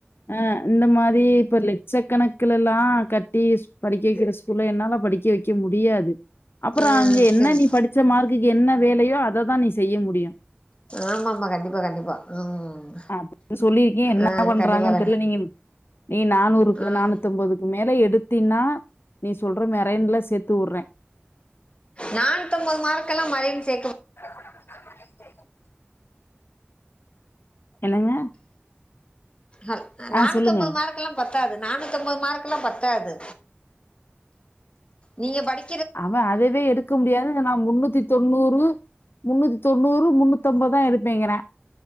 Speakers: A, on the left (about 65°); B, on the left (about 30°).
A: ஆ இந்த மாரி இப்ப லெட்ச கணக்கல எல்லா கட்டி படிக்க வைக்கிற ஸ்கூல என்னால படிக்க வைக்க முடியாது அப்புறம்
B: ம்
A: அங்க என்ன
B: சரி
A: நீ படிச்ச மார்க்குக்கு என்ன வேலையோ அது அததான் நீ செய்ய முடியும்
B: ஆமா ஆமா கண்டிப்பா கண்டிப்பா ம்
A: அப்படின்னு சொல்லியிருக்கேன். என்ன
B: ஆ
A: பண்றாங்கன்னு
B: கண்டிப்பா கண்
A: தெரியல நீங்க நீ நானூறுக்கு
B: ம்
A: நானூத்தொன்பதுக்கு மேல எடு எடுத்தினா நீ சொல்ற மெரன்ல சேர்த்து உட்றே
B: நானுத்தொன்பது மார்க்கலாம் மரைன் சேக்
A: <inaudible> என்னங்க
B: அல்
A: ஆ
B: நானூத்தொம்போது
A: சொல்லுங்க.
B: மார்க்குலா பத் தாது நானூத்தொம்போது மார்க்குலா பத்தாது நீங்க படி
A: அவ அதுவே எடுக்க முடியாதுங்றா நா முன்னூத்தி தொண்ணூறு முன்னூத்தி தொண்ணூறு முன்னூத்தம்பதா எடுப்பேங்கிறா